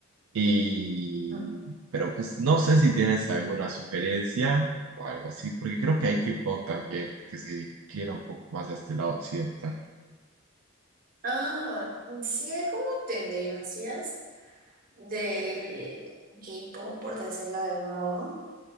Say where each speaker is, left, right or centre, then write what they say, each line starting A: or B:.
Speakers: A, on the right; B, on the right.
A: Y,
B: Mm.
A: pero pues no sé si tienes alguna sugerencia o algo así, porque creo que hay K-pop también que se inclina un poco más a este lado occidental.
B: Ah, sí hay como tendencias. del K-pop, por decirlo de algún modo.